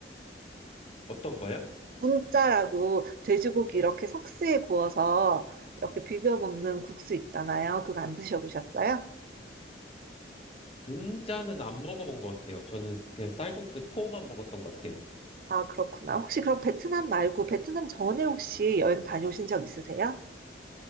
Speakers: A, on the left; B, on the right.
A: 어떤 거요?
B: 분짜라고 돼지고기 이렇게 석쇠에 구워서 이렇게 비벼 먹는 국수 있잖아요. 그거 안 드셔보셨어요?
A: 문자는 안 먹어본 것 같아요. 저는 그냥 쌀국수 포만 먹었던 것 같아요.
B: 아, 그렇구나. 혹시 그럼 베트남 말고 베트남 전에 혹시 여행 다녀오신 적 있으세요?